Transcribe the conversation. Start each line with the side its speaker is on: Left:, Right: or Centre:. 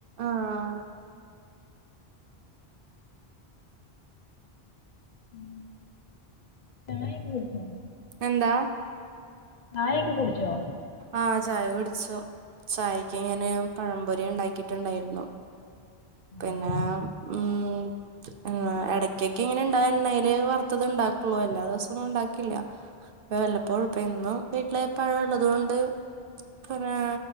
Right: ആഹ്
Left: ഉം ചായയെക്കെ കുടിച്ചോ
Right: എന്താ
Left: ചായയൊക്കെ കുടിച്ചോ
Right: ആഹ് ചായ കുടിച്ചു ചായയ്ക്ക് ഞാന് പഴംപൊരി ഉണ്ടാക്കിട്ടുണ്ടായിരുന്നു
Left: ആഹ്
Right: പിന്നെ ഉം ആഹ് ഇടയ്ക്കൊക്കെ ഇങ്ങനെണ്ടാകും എണ്ണേല് വറുത്തത് ഇണ്ടാക്കുള്ളൂ എല്ലാ ദിവസൊന്നും ഉണ്ടാക്കില്ല വല്ലപ്പോഴുക്കൊ ഇന്നു വീട്ടിലെ പഴംള്ളത് കൊണ്ട് പിന്നെ